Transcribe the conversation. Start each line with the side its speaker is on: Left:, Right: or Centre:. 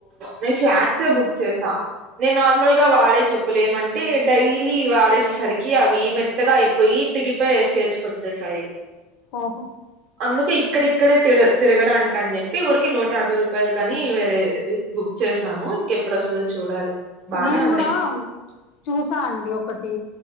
Right: నే ఫ్లాట్స్ యే బుక్ చేసా నేను నార్మల్ గా వాడే చెప్ ప్పులేమంటే డై లీ వాడేసేసరికి అవి మెత్తగా అయిపోయి తెగిపోయే స్టేజ్ కొచ్చేసాయి
Left: ఓహో
Right: అందుకు ఇక్కడిక్కడే తిర్ తిరగడానికి అని చెప్పి ఊరికి నూట యాభై రూపాయలుకు అని వేరే వి బుక్ చేసాను ఇంకెప్పుడు వస్తదో చూడాలి బానే
Left: నేను
Right: ఉన్నాయి
Left: కూడా ప్చ్ చూసా అండి ఒకటి